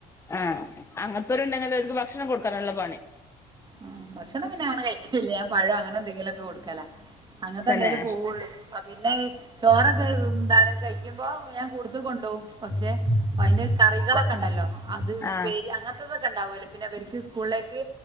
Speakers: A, on the left (about 20°); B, on the right (about 30°).
A: ആഹ്അങ്ങനത്തൊരുണ്ടെങ്കിലും ഓര്ക്ക് ഭക്ഷണം കൊടുക്കാനുള്ള പണി.
B: ആഹ് ഭക്ഷണം പിന്നെ അങ്ങനെ കഴിക്കില്ല ഞാൻ പഴം അങ്ങനെ എന്തെങ്കിലും ഒക്കെ കൊടുക്കലാ അങ്ങനത്തെ
A: തന്നെ
B: എന്തേലും പോവുള്ളൂ. ആ പിന്നെ അത് ചോറക് ന്താണ് കഴിക്കുമ്പോ ഞാൻ കൂട്ത്ത് കൊണ്ടോകും പക്ഷെ അതിന്റെ കറികളൊക്കെ ണ്ടല്ലോ? അത് ഉപ്പേരി
A: ആ
B: അങ്ങൻത്തതൊക്കെ ണ്ടാവൂല്ലോ പിന്നെ വര്ക്ക് സ്കൂളിലേക്ക്